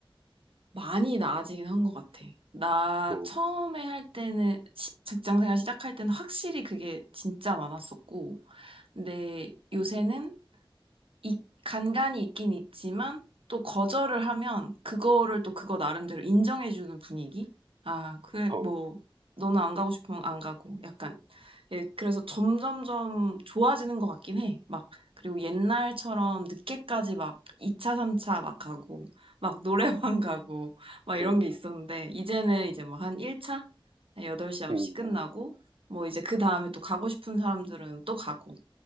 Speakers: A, on the right; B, on the right.
A: 많이 나아지긴 한 것 같아. 나
B: 어,
A: 처음에 할 때는, 시- 직장 생활 시작할 때는 확실히 그게 진짜 많았었고, 근데 요새는 이, 간간이 있긴 있지만, 또 거절을 하면 그거를 또 그거 나름대로 인정해주는 분위기? 아, 그래,
B: 어,
A: 뭐, 너는 안 가고 싶으면 안 가고, 약간 예, 그래서 점점점 좋아지는 것 같긴 해. 막, 그리고 옛날처럼 늦게까지 막 2차, 3차 막 가고, 막 노래방 <laughs> 가고, 막 이런
B: 어,
A: 게 있었는데, 이제는 이제 뭐 한 1차? 8시, 9시
B: 음,
A: 끝나고, 뭐 이제 그 다음에 또 가고 싶은 사람들은 또 가고,